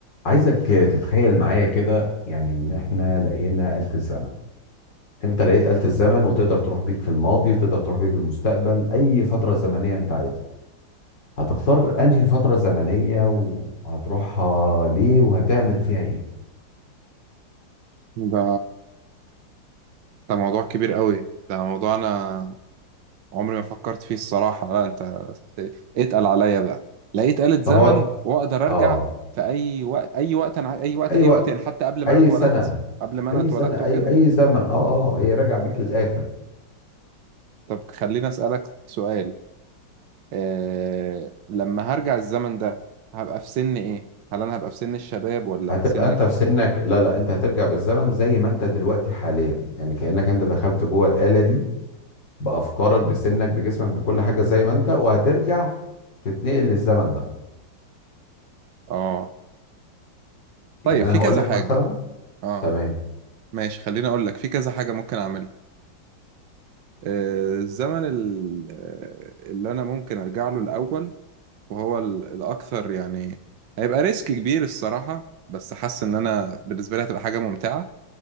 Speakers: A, on the left (about 65°); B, on the right (about 70°).
A: عايزك تتخيل معايا كده يعني ان احنا لقينا آلة الزمن انت لقيت آلة الزمن وتقدر تروح بيك في الماضي وتقدر تروح بيك المستقبل اي فترة زمنية انت عايزها هتختار انهي فترة زمنية وهتروحها ليه وهتعمل فيها ايه
B: ده ده موضوع كبير قوي ده موضوع انا عمري ما فكرت فيه الصراحة لا انت اتقل عليا بقى لقيت آلة زمن
A: طب هقول
B: واقدر ارجع
A: اه
B: في اي وقت اي وقت انا اي وقت
A: اي
B: اي
A: وقت
B: وقت يعني حتى قبل ما
A: اي
B: انا اتولدت
A: سنة
B: قبل ما انا
A: اي
B: اتولدت
A: سنة
B: وكده
A: اي اي زمن اه اه هي راجعة بيك للاخر
B: طب خليني اسألك سؤال إيه لما هرجع الزمن ده هبقى في سن ايه هل انا هبقى في سن الشباب ولا
A: هتبقى
B: سن
A: انت في سنك لا لا انت هترجع بالزمن زي ما انت دلوقتي حاليا يعني كأنك انت دخلت جوه الآلة دي بافكارك بسنك بجسمك بكل حاجه زي ما انت وهترجع تتنقل للزمن ده
B: اه طيب
A: يعني انا
B: في
A: هقول
B: كذا
A: لك
B: حاجة
A: مثلا
B: اه
A: تمام
B: ماشي خليني اقول لك في كذا حاجة ممكن اعملها آه، الزمن ال- آه، اللي انا ممكن ارجع له الاول وهو ال- الاكثر يعني هيبقى ريسك كبير الصراحه بس حاسس ان انا بالنسبه لي هتبقى حاجه ممتعه